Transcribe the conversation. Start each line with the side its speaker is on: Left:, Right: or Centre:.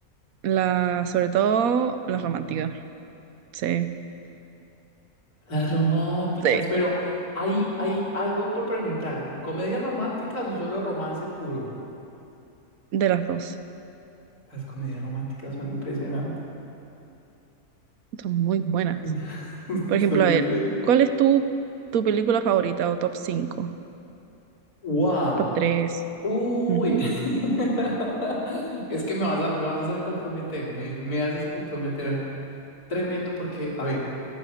Right: la, sobre todo las románticas, sí.
Left: Las románticas,
Right: Sí.
Left: pero hay, hay algo por preguntar. ¿Comedias románticas o solo romance puro?
Right: De las dos,
Left: Las comedias románticas son impresionantes.
Right: son muy buenas.
Left: <laughs>
Right: Por
Left: Son
Right: ejemplo, a
Left: increíbles.
Right: ver, ¿cuál es tu, tu película favorita o top cinco
Left: Wow.
Right: Top tres
Left: Uy.
Right: Ujú,
Left: <laughs> Es que me vas a, me vas a hacer comprometer, me, me haces comprometer tremendo porque, a ver,